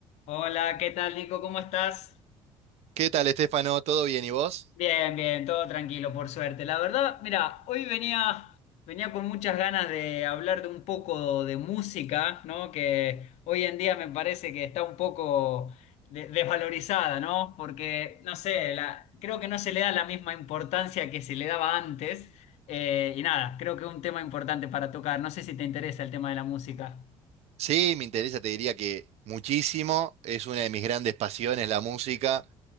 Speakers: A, on the left; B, on the right.
A: Hola, ¿qué tal, Nico? ¿Cómo estás?
B: ¿Qué tal, Estefano? ¿Todo bien? ¿Y vos?
A: Bien, bien, todo tranquilo, por suerte. La verdad, mira, hoy venía, venía con muchas ganas de hablar de un poco de música, ¿no? Que hoy en día me parece que está un poco de- desvalorizada, ¿no? Porque, no sé, la- creo que no se le da la misma importancia que se le daba antes. Eh, y nada, creo que es un tema importante para tocar. No sé si te interesa el tema de la música.
B: Sí, me interesa, te diría que muchísimo. Es una de mis grandes pasiones, la música.